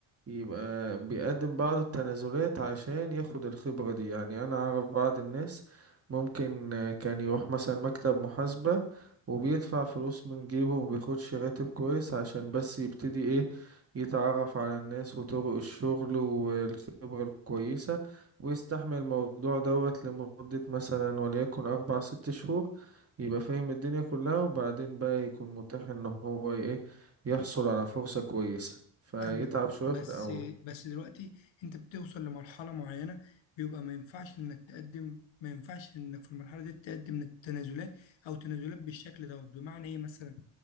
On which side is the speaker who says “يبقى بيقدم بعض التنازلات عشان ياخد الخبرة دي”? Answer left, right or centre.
Right